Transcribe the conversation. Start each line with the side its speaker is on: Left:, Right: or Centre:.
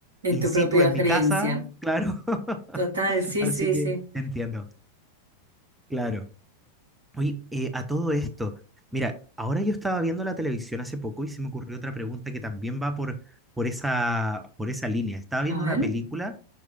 Centre: in
Right: En tu
Centre: situ
Right: propia
Centre: en
Right: experiencia.
Centre: mi casa, claro, <laughs>
Right: Total, sí,
Centre: así
Right: sí,
Centre: que
Right: sí.
Centre: entiendo, claro. Oye, eh, a todo esto, mira, ahora yo estaba viendo la televisión hace poco y se me ocurrió otra pregunta que también va por, por esa, por esa línea. Estaba viendo
Right: A ver.
Centre: una película